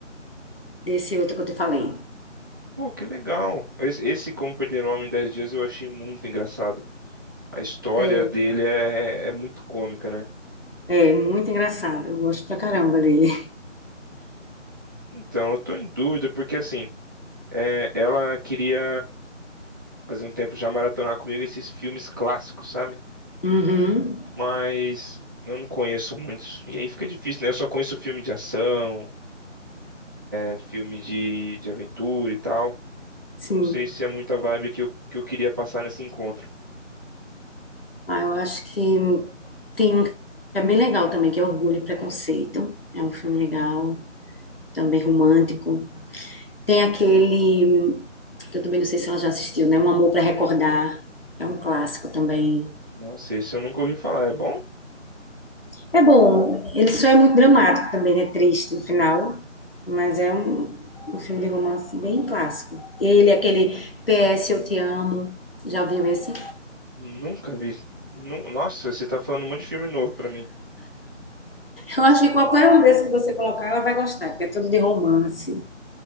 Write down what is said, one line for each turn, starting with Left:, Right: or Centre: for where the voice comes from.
Left: desse outro que eu te falei.
Right: Pô, que legal. Esse, esse Como Perder um Homem em 10 Dias eu achei muito engraçado. A história
Left: É,
Right: dele é, é muito cômica, né?
Left: é muito engraçado. Eu gosto pra caramba dele.
Right: Então, eu tô em dúvida, porque assim, é, ela queria fazia um tempo já maratonar comigo esses filmes clássicos, sabe?
Left: Uhum,
Right: Mas eu não conheço muitos. E aí fica difícil, né? Eu só conheço filme de ação, é, filme de, de aventura e tal.
Left: sim.
Right: Eu não sei se é muita vibe que eu, que eu queria passar nesse encontro.
Left: Ah, eu acho que tem um que é bem legal também, que é Orgulho e Preconceito. É um filme legal, também romântico. Tem aquele, que eu também não sei se ela já assistiu, né? Um Amor para Recordar. É um clássico também.
Right: Nossa, esse eu nunca ouvi falar. É bom?
Left: É bom. Ele só é muito dramático também, né? Triste no final. Mas é um, um filme de romance bem clássico. Ele, aquele PS Eu Te Amo. Já viu esse?
Right: Nunca vi. Nu- Nossa, você tá falando um monte de filme novo pra mim.
Left: Eu acho que qualquer um desses que você colocar, ela vai gostar, porque é tudo de romance.